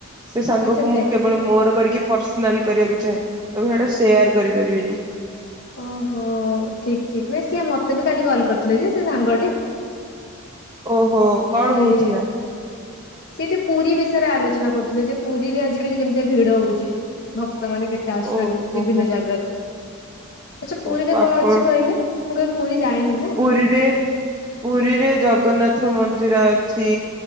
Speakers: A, on the right (about 20°); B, on the left (about 55°).
A: ସେ ସାଙ୍ଗକୁ
B: ଆଚ୍ଛା ବ୍ୟକ୍ତି
A: ମୁଁ କେବଳ ମୋର କରିକି ପର୍ସନାଲି କରିବାକୁ ଚାହେଁ ତ ସେଟା ସେୟାର କରିପାରିବନି।
B: ଓହୋ ଠିଙ୍କ୍‌ ଠିକ୍ ନାଇ ସିଏ ମତେ ବି କାଲି କଲ୍ କରିଥିଲେ ଯେ ସେ ସାଙ୍ଗ ଟି।
A: ଓହୋ କଣ
B: ସିଏ।
A: କହୁଥିଲା?
B: ସେଟି ପୁରୀ ବିଷୟରେ ଆଲୋଚନା କରୁଥିଲେ ଯେ ପୁରୀରେ ଆଜିିକାଲି କେମିତିଆ ଭିଡ ହଉଛି। ଭକ୍ତ ମାନେ କେତେ ଆସୁଛନ୍ତି
A: ଓହୋ ହୋ
B: ବିଭିନ୍ନ ଜାଗାରୁ ଆଚ୍ଛା ପୁରୀରେ
A: ଓହୋ ଆପଣ
B: କଅଁ ଅଛି କହିଲେ ମୁଁ କେବେ ପୁରୀ ଯାଇନି ନା?
A: ପୁରୀରେ ପୁରୀରେ ଜଗନ୍ନାଥ ମନ୍ଦିର ଅଛି